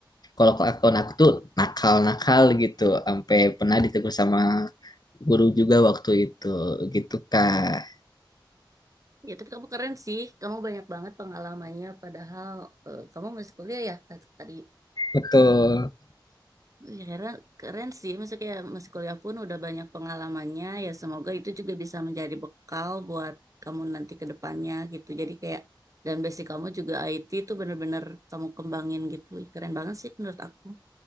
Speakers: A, on the left; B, on the right.
A: kalau kelakuan aku tuh nakal-nakal gitu. Sampai pernah ditegur sama guru juga waktu itu gitu Kak.
B: Ya, tapi kamu keren sih. Kamu banyak banget pengalamannya, padahal eh, kamu masih kuliah ya, tadi
A: Betul.
B: bilang. Wih, Keren, keren sih, maksudnya kayak masih kuliah pun udah banyak pengalamannya, ya semoga itu juga bisa menjadi bekal buat kamu nanti ke depannya gitu. Jadi kayak, dan basic kamu juga IT itu bener-bener kamu kembangin gitu. Ih, keren banget sih menurut aku.